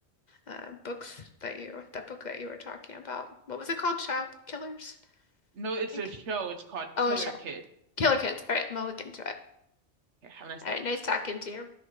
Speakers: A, on the left; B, on the right.
A: uh, books that you that book that you were talking about. What was it called? Child Killers,
B: No,
A: I
B: it's
A: think.
B: a show. It's called
A: Oh,
B: Killer
A: a show.
B: Kids.
A: Killer Kids. All right, I'm gonna look into it.
B: Okay, have a nice day.
A: All right, nice talking to you.